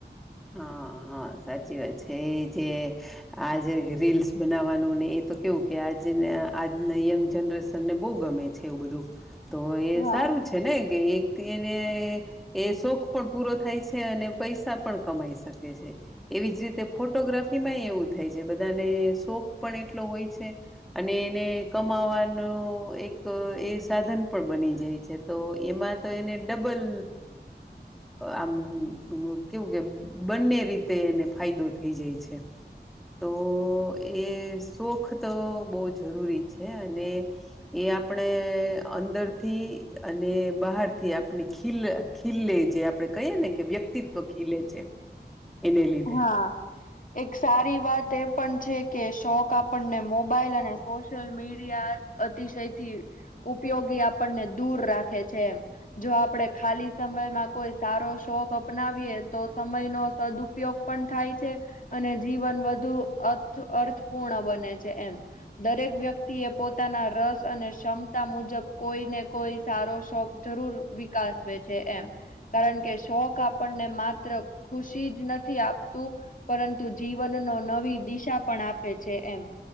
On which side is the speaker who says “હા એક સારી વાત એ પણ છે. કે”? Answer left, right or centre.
Left